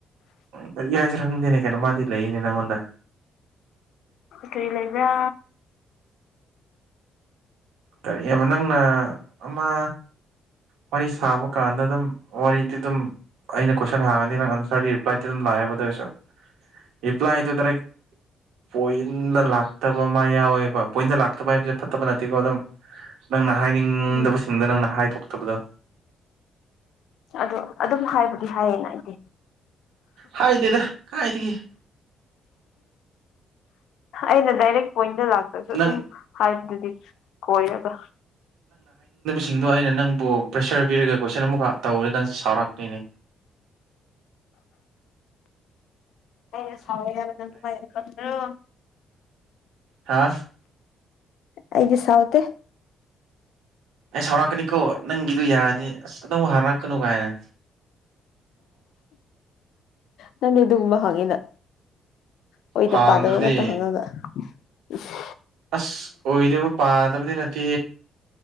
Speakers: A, on the right (about 80°); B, on the left (about 80°).
A: ꯀꯔꯤ ꯍꯥꯏꯁꯤꯔ ꯈꯪꯗꯦꯅꯦ ꯀꯩꯅꯣꯃꯗꯤ ꯂꯩꯌꯦꯅꯦ ꯅꯪꯉꯣꯟꯗ
B: ꯀꯩ ꯂꯩꯕ꯭ꯔꯥ
A: ꯀꯔꯤꯑꯕ ꯅꯪꯅ ꯑꯃ ꯋꯥꯔꯤ ꯁꯥꯕ ꯀꯥꯟꯗ ꯑꯗꯨꯝ ꯋꯥꯔꯤꯗꯤ ꯑꯗꯨꯝ ꯑꯩꯅ ꯀ ꯍꯥꯡꯉꯅꯤ ꯅꯪ ꯑꯟꯁꯔ ꯔꯤꯄ꯭ꯂꯥꯏꯗꯨ ꯑꯗꯨꯝ ꯂꯥꯛꯑꯦꯕꯗ ꯑꯗꯨ ꯑꯣꯏꯁꯨ ꯔꯤꯄ꯭ꯂꯥꯏꯗꯨ ꯗꯥꯏꯔꯦꯛ ꯄꯣꯏꯟꯗ ꯂꯥꯛꯇꯕ ꯑꯃ ꯌꯥꯎꯋꯦꯕ ꯄꯣꯏꯟꯗ ꯂꯥꯛꯇꯕ ꯍꯥꯏꯕꯁꯦ ꯐꯠꯇꯕ ꯅꯠꯇꯦꯀꯣ ꯑꯗꯨꯝ ꯅꯪꯅ ꯍꯥꯏꯅꯤꯡꯗꯕꯁꯤꯡꯗꯣ
B: ꯎꯝ
A: ꯅꯪꯅ ꯍꯥꯏꯗꯣꯛꯇꯕꯗꯣ
B: ꯑꯗꯣ ꯑꯗꯨꯝ ꯍꯥꯏꯕꯨꯗꯤ ꯍꯥꯏꯌꯦꯅ ꯑꯩꯗꯤ
A: ꯍꯥꯏꯗꯦꯗ ꯀꯥꯏꯗꯤ
B: ꯑꯩꯅ ꯗꯥꯏꯔꯦꯛ ꯄꯣꯏꯟꯗ ꯂꯥꯛꯇ꯭ꯔꯁꯨ
A: ꯅꯪ
B: ꯑꯗꯨꯝ ꯍꯥꯏꯕꯗꯨꯗꯤ ꯀꯣꯏꯔꯒ
A: ꯁꯤꯡꯗꯣ ꯑꯩꯅ ꯅꯪꯕꯨ ꯄ꯭ꯔꯦꯁꯔ ꯄꯤꯔꯒ ꯀꯣꯏꯁꯟ ꯑꯃꯨꯛꯈꯛ ꯇꯧꯋꯦ ꯅꯪꯁꯦ ꯁꯥꯎꯔꯛꯇꯦꯅꯦ
B: ꯑꯩꯅ ꯁꯥꯎꯋꯦ ꯅꯪ ꯑꯗꯨꯃꯥꯏ ꯈꯟꯕ꯭ꯔꯣ
A: ꯍꯥꯥ
B: ꯑꯩꯗꯤ ꯁꯥꯎꯇꯦ
A: ꯑꯩ ꯁꯥꯎꯔꯛꯀꯅꯤꯀꯣ ꯅꯪꯒꯤꯗꯨ ꯌꯥꯅꯤ ꯑꯁ ꯑꯗꯨꯝ ꯍꯥꯏꯔꯛꯀꯅꯨ ꯀꯥꯏꯅ
B: ꯅꯪꯅꯦ ꯑꯗꯨꯒꯨꯝꯕ ꯍꯪꯉꯤꯅ ꯑꯣꯏꯗ
A: ꯍꯥꯡꯗ꯭ꯔꯗꯤ
B: ꯄꯥꯗꯕ ꯉꯥꯛꯇ ꯍꯪꯉꯒ ꯏꯁ
A: ꯑꯁ ꯑꯣꯏꯗꯕ ꯄꯥꯗꯕꯗꯤ ꯅꯠꯇꯦ